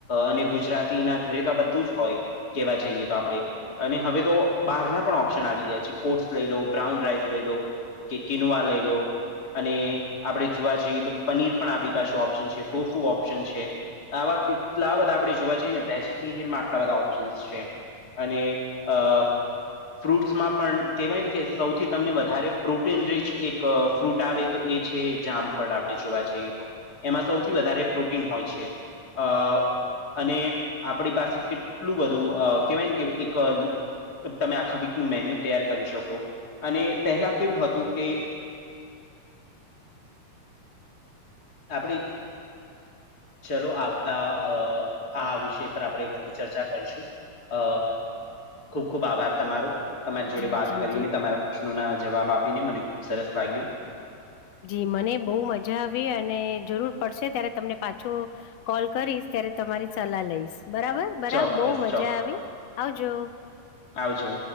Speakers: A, on the left; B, on the left.
A: અને ગુજરાતી ના ઘરે તો બધું જ હોય કેવા જઈએ તો આપણે અને હવે તો બહારના પણ ઓપ્શન આવી ગયા છે ઓટ્સ લઈ લો બ્રાઉન રાઈસ લઈ લો કે કેનવા લઈ લો અને આપણે જોવા જઈએ તો પનીર પણ આપણી પાસે ઓપ્શન છે ટોફુ ઓપ્શન છે આવા કેટલા બધા આપડે જોવા જઈએ ને વેજીિટેરિયન મા આ બધા ઓપ્શન્સ છે અને અ ફ્રૂટ્સમાં પણ કહેવાય ને કે સૌથી તમને વધારે પ્રોટીન રીચ એક ફ્રૂટ આવે તો એ છે જામફળ આપણે જોવા જઈએ તો એમાં સૌથી વધારે પ્રોટીન હોય છે અ અને આપણી પાસે એટલું બધું અ કહેવાય ને કે એક તમે આખા વીક નું મેન્યુ તૈયાર કરી શકો અને પહેલા કેવું હતું કે આપડી ચલો આવતા આ વિષય પર આપણે વધુ ચર્ચા કરીશું અ ખુબ ખુબ આભાર તમારો તમારી જોડે
B: જી
A: વાત
B: જી
A: કરીને
B: જી
A: તમારા પ્રશ્નો ના જવાબ આપીને મને ખુબ સરસ લાગ્યું.
B: જી મને બહુ મજા આવી અને જરૂર પડશે ત્યારે તમને પાછો. કોલ કરીશ ત્યારે તમારી સલાહ લઈશ બરાબર બરાબર
A: ચોક્કસ,
B: બહુ મજા
A: ચોક્કસ.
B: આવી આવજો
A: આવજો